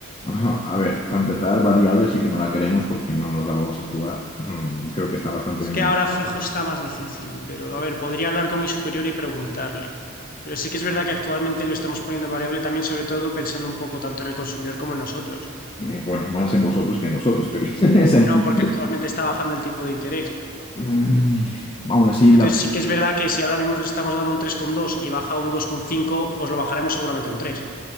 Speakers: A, on the left; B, on the left.
A: Ajá, A ver, para empezar, variable sí que no la queremos porque no nos la vamos a jugar. Mm, creo que está bastante
B: Es
A: bien.
B: que ahora fijo está más difícil, pero a ver, podría hablar con mi superior y preguntarle. Pero sí que es verdad que actualmente lo estamos poniendo variable también, sobre todo pensando un poco tanto en el consumidor como en nosotros.
A: Eh, Bueno, más en vosotros que en nosotros, pero <laughs> es entendible.
B: No porque actualmente está bajando el tipo de interés.
A: Mm, aún así, la...
B: Entonces sí que es verdad que si ahora mismo le estamos dando un tres coma dos y baja a un dos coma cinco os lo bajaremos seguramente a un 3